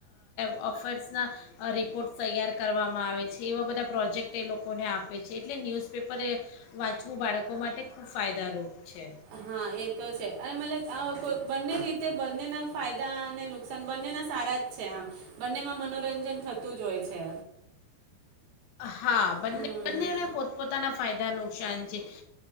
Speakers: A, on the left; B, on the right.
A: અફેર્સના રિ પોર્ટ તૈયાર કરવામાં આવે છે. એવા બધા પ્રોજેક્ટ એ લોકોને આપે છે એટલે ન્યૂઝપેપર એ વાંચવું બાળકો માટે ખૂબ ફાયદારૂપ છે.
B: હા એ તો છે અને મતલબ બંને રીતે બંનેના ફાયદા અને નુકસાન બંનેના સારા જ છે આમ બંનેમાં મનોરંજન થતું જ હોય છે.
A: હા બંને
B: હમ
A: બંનેને પોતપોતાના ફાયદા નુકસાન છે.